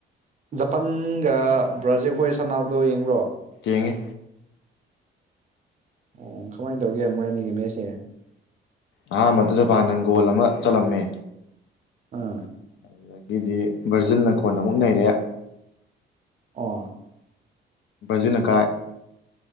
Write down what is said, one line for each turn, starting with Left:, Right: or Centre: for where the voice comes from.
Right: ꯖꯄꯥꯟꯒ ꯕ꯭ꯔꯥꯖꯤꯜ ꯍꯣꯏ ꯁꯥꯟꯅꯕꯗꯣ ꯌꯦꯡꯕ꯭ꯔꯣ
Left: ꯀꯦꯡꯒꯦ
Right: ꯑꯣ ꯀꯃꯥꯏꯅ ꯇꯧꯒꯦ ꯃꯣꯏ ꯑꯅꯤꯒꯤ ꯃꯁꯦ
Left: ꯑꯍꯥꯥꯟꯕꯗ ꯖꯄꯥꯟꯅꯪ ꯒꯣꯜ ꯑꯃ ꯆꯠꯂꯝꯃꯦ
Right: ꯎꯝ
Left: ꯑꯗꯨꯗꯒꯤꯗꯤ ꯕ꯭ꯔꯖꯤꯜꯅ ꯀꯣꯟ ꯑꯃꯨꯛ ꯅꯩꯔꯦ
Right: ꯑꯣ
Left: ꯖꯅꯀꯥꯏ